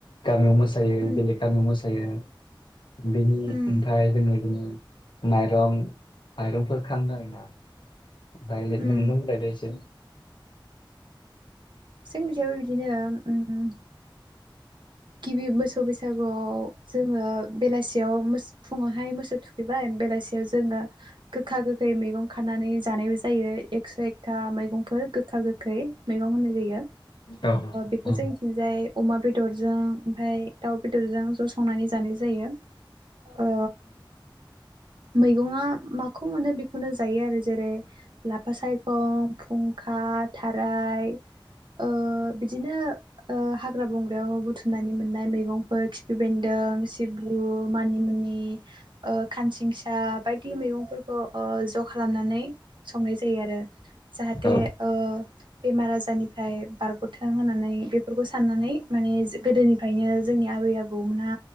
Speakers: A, on the left; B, on the right.
A: गामियाव मोसानो <unintelligible> जायो
B: उम
A: बेनि
B: उम
A: ओमफ्राय जों बिदिनो माइरं माइरंफोर खांयो आरोना। ओमफ्राय
B: उम
A: नोंनो बुंलाय़नो इसे
B: जोंनि जोंबो बिदिनो उम। गिबि बोसोर गिबि बैसागुआव जोङो बेलासियाव फुङावहाय मोसौ थुखैबाय बेलासियाव जोङो गोखा गोखै मैगं खानानै जानायबो जायो एकस' एकथा मैगंफोर गोखा गोखै मैगं होननाय जायो
A: औ
B: बेखौ
A: औ
B: ओ जोंनिथिंजाय अमा बेदर जों ओमफाय दाव दोलोजों ज संनानै जानाय जायो ओ मैगंआ माखौ मोनो बेखौनो जायो आरो जेरै लाफा सायखं फुंखा थाराय ओ बिदिनो ओ हाग्रा बंग्रायाव- बुथुमनानै मोननाय मैगं- फोर खिफि बेन्दों, सिब्रु, मानिमुनि, ओ खानसिंसा बायदि मैगंफोरखौ ओ ज खालामनानै संनाय जायो आरो जाहाथे
A: औ
B: ओ बेमार आजारनिफ्राय बारगथों होननानै बेफोरखौ साननानै माने गोदोनिफ्रायनो जोंनि आबै आबौमोना